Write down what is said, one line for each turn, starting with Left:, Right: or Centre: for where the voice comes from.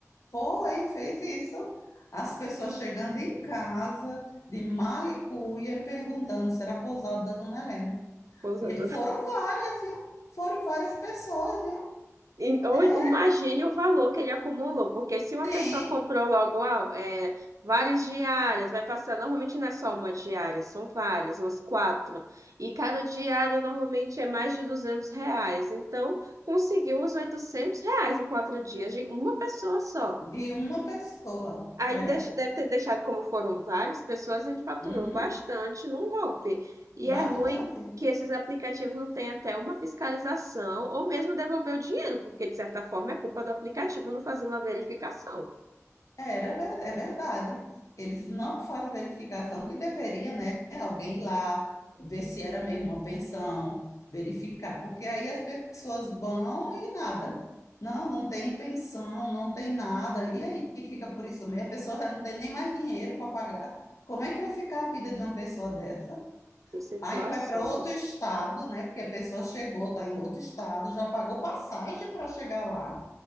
Left: Foi, fez isso. As pessoas chegando em casa, de mala e cuia, perguntando se era a pousada da Dona Helena.
Right: Pousada
Left: E aí foram várias, viu? Foram várias pessoas, viu?
Right: Então,
Left: É,
Right: imagine o valor que ele acumulou, porque se uma
Left: tem,
Right: pessoa comprou logo ah, é, várias diárias, vai passar, normalmente não é só uma diária, são várias, umas quatro, e cada diária normalmente é mais de 200 reais, então conseguiu os 800 reais em quatro dias, de uma pessoa só.
Left: de uma pessoa.
Right: Aí
Left: É.
Right: ele deix- deve ter deixado, como foram várias pessoas, ele faturou
Left: Uhum.
Right: bastante num golpe. E é
Left: Bastante.
Right: ruim que esses aplicativos não tenham até uma fiscalização ou mesmo devolver o dinheiro, porque de certa forma é culpa do aplicativo não fazer uma verificação.
Left: Era, ve- é verdade. Eles não fazem verificação que deveria, né? Alguém ir lá ver se era mesmo uma pensão, verificar, porque aí as pessoas vão e nada. Não, não tem pensão, não tem nada. E aí fica por isso mesmo. A pessoa já não tem nem mais dinheiro para pagar. Como é que vai ficar a vida de uma pessoa dessa?
Right: Que situação,
Left: Aí vai para outro estado, né? Porque a pessoa chegou, está em outro estado, já pagou passagem para chegar lá